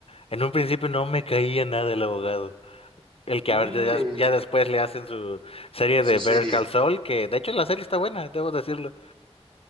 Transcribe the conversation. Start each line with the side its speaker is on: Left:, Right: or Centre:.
Left: En un principio no me caía nada el abogado. El que
Right: Mm,
Left: a ver, ya,
Right: eh,
Left: ya después le hacen su serie
Right: su
Left: de
Right: serie.
Left: Better Call Saul, que de hecho la serie está buena, debo decirlo.